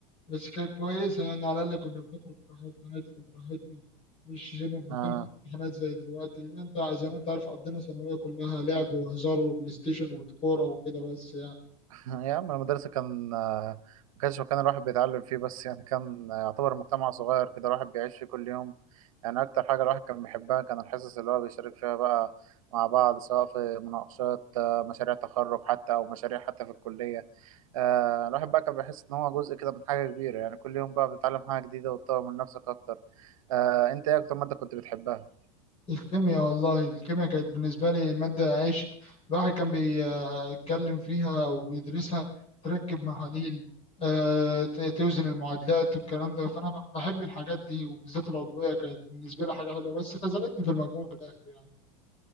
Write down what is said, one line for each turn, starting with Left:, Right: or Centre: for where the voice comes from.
Left: بس كانت كويسة يعني على الاقل كنا بنخرج براحتنا ندخل براحتنا مش زي مضغوطين
Right: آه.
Left: في الامتحانات زي دلوقتي لان انت زي ما انت عارف قضينا ثانوية كلها لعب وهزار وبلاي ستيشن وكورة وكده بس يعني
Right: <laughs> يا عم المدرسة كان آه، ما كانش مكان الواحد بيتعلم فيه بس يعني كان آه، يعتبر مجتمع صغير كده الواحد بيعيش فيه كل يوم يعني أكتر حاجة الواحد كان بيحبها كان الحصص اللي هو بيشارك فيها بقى مع بعض سواء في مناقشات آه، مشاريع تخرج حتى أو مشاريع حتى في الكلية آه، الواحد بقى كان بيحس إن هو جزء كده من حاجة كبيرة يعني كل يوم بقى بتتعلم حاجة جديدة وتطور من نفسك أكتر آه، أنت إيه أكتر مادة كنت بتحبها؟
Left: الكيمياء والله الكيمياء كانت بالنسبة لي مادة عشق الواحد كان بيتكلم فيها أو بيدرسها تركب محاليل آه، ت- توزن المعادلات والكلام ده فأنا ب- بحب الحاجات دي وبالذات العضوية كانت بالنسبة لي حاجة حلوة بس خذلتني في المجموع في الآخر يعني